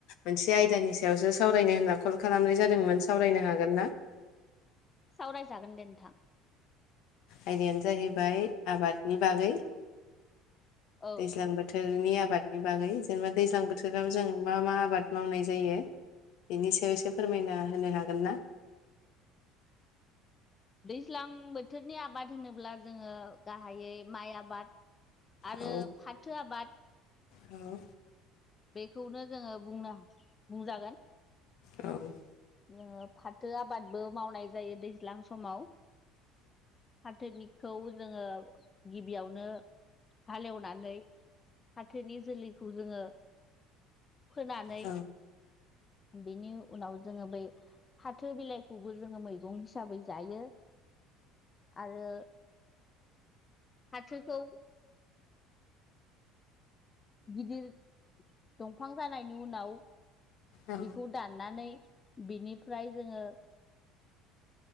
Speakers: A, on the left; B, on the left.
A: मोनसे आयदानि सायावसो सावरायनो होनना कल खालामनाय जादोंमोन सावरायनो हागोन ना? <inaudible> <unintelligible>
B: सावरायजागोन दे नोंथां
A: आयदायानो जाहैबाय आबादनि बागै
B: औ
A: दैज्लां बोथोरनि आ आबादनि बागै जेनेबा दैज्लां बोथोराव जों मा मा आबाद मावनाय जायो बेनि सायाव इसे फोरमायना होनो हागोन ना?
B: दैज्लां बोथोरनि आबाद होनोब्ला जोङो गाहायै माइ आबाद आरो
A: औ
B: फाथो आबाद
A: औ
B: बेखौनो जोङो बुंनो बुंजागोन
A: औ
B: जोङो फाथो आबादबो मावनाय जायो दैज्लां समाव फाथोनि खौ जोङो गिबियावनो हालेवनानै फाथोनि जोलैखौ जोङो फोनानै
A: औ
B: बेनि उनाव जोङो बै फाथो बिलाइखौबो जोङो मैगं हिसाबै जायो <inaudible> आरो फाथोखौ गिदिर दंफां जानायनि उनाव
A: औ
B: बेखौ दाननानै बिनिफ्राय जोंङो